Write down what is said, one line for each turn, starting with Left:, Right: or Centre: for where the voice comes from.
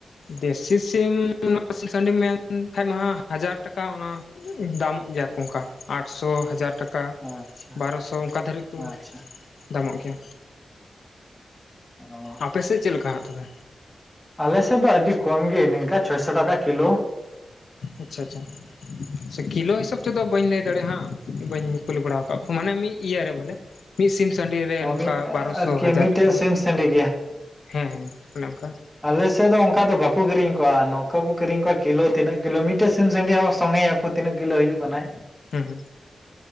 Left: ᱫᱮᱥᱤ ᱥᱤᱢ ᱥᱤᱢ ᱥᱟᱺᱰᱤ ᱢᱮᱱᱠᱷᱟᱱ ᱢᱟ ᱦᱟᱡᱟᱨ ᱴᱟᱠᱟ ᱚᱱᱟ, ᱫᱟᱢᱚᱜ ᱜᱮᱭᱟ ᱠᱚ ᱚᱱᱠᱟ ᱟᱴᱥᱚ ᱦᱟᱡᱟᱨ ᱴᱟᱠᱟ
Centre: ᱟᱪᱪᱷᱟ
Left: ᱵᱟᱨᱚ ᱥᱚ ᱚᱱᱠᱟ ᱫᱷᱟᱹᱨᱤᱡ ᱠᱚ
Centre: ᱟᱪᱪᱷᱟ
Left: ᱫᱟᱢᱚᱜ ᱜᱮᱭᱟ,
Centre: ᱚ
Left: ᱟᱯᱮ ᱥᱮᱫ ᱪᱮᱫ ᱞᱮᱠᱟ ᱦᱟᱸᱜ ᱛᱟᱚᱵᱮ?
Centre: ᱟᱞᱮ ᱥᱮᱫ ᱫᱚ ᱟᱹᱰᱤ ᱠᱚᱢ ᱜᱮ ᱱᱤᱝᱠᱟ, ᱪᱷᱚᱭ ᱥᱚ ᱴᱟᱠᱟ ᱠᱤᱞᱳ,
Left: ᱟᱪᱪᱷᱟ ᱟᱪᱪᱷᱟ ᱠᱤᱞᱳ ᱦᱤᱥᱟᱹᱵ ᱛᱮᱫᱚ ᱵᱟᱹᱧ ᱞᱟᱹᱭ ᱫᱟᱲᱮᱭᱟᱜᱼᱟ ᱦᱟᱸᱜ ᱵᱟᱹᱧ ᱠᱩᱞᱤ ᱵᱟᱲ ᱟᱠᱟᱫ ᱠᱚᱣᱟ ᱢᱟᱱᱮ ᱢᱤᱫ ᱤᱭᱟᱹᱨᱮ ᱵᱚᱞᱮ, ᱢᱤᱫ ᱥᱤᱢ ᱥᱟᱺᱰᱤ ᱨᱮ
Centre: ᱟᱨᱠᱤ
Left: ᱱᱚᱝᱠᱟ ᱵᱟᱨᱚᱥᱚ ᱦᱟᱡᱟᱨ
Centre: ᱢᱤᱫᱴᱮᱡ
Left: ᱴᱟᱠᱟ
Centre: ᱥᱤᱢ ᱥᱟᱺᱰᱤ
Left: ᱦᱮᱸ ᱦᱮᱸ ᱚᱱᱮ ᱚᱱᱠᱟ,
Centre: ᱟᱞᱮᱥᱮᱫ ᱫᱚ ᱚᱝᱠᱟ ᱫᱚ ᱵᱟᱠᱚ ᱠᱤᱨᱤᱧ ᱠᱚᱣᱟ ᱱᱚᱝᱠᱟ ᱠᱚ ᱠᱤᱨᱤᱧ ᱠᱚᱣᱟ ᱠᱤᱞᱳ ᱛᱤᱱᱟᱹᱜ ᱠᱤᱞᱳ ᱢᱤᱫᱴᱮᱡ ᱥᱤᱢ ᱥᱟᱺᱰᱤ ᱦᱚᱸ ᱥᱚᱸᱜᱮᱭᱟᱠᱚ ᱛᱤᱱᱟᱹᱜ ᱠᱤᱞᱳ ᱦᱳᱭᱳᱜ ᱠᱟᱱᱟᱭ᱾
Left: ᱦᱩᱸ ᱦᱩᱸ